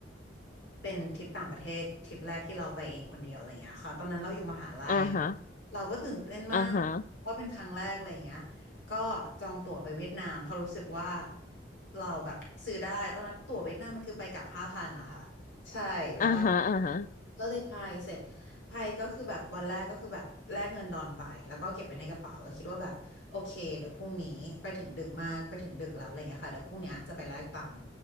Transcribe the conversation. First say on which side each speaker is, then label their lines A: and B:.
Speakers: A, on the left; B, on the left.
A: เป็นทริปต่างประเทศทริปแรกที่เราไปเองคนเดียวอะไรเงี้ยค่ะตอนนั้นเราอยู่มหาลัย
B: อ่าฮะ
A: เราก็ตื่นเต้นมาก
B: อ่าฮะ
A: ว่าเป็นครั้งแรกอะไรเงี้ยก็จองตั๋วไปเวียดนามเพราะรู้สึกว่าเราแบบซื้อได้ตอนนั้นตั๋วเวียดนามมันคือไปกลับห้าพันอะค่ะใช่แล้วแบบ
B: อ่าฮะอ่าฮะ
A: ก็เลยไปเสร็จไปก็คือแบบวันแรกก็คือแบบแลกเงินดอนไปแล้วก็เก็บไว้ในกระเป๋าแล้วคิดว่าแบบโอเคเดี๋ยวพรุ่งนี้ไปถึงดึกมากไปถึงดึกแล้วอะไรเงี้ยค่ะเดี๋ยวพรุ่งเนี้ยจะไปแลกตังค์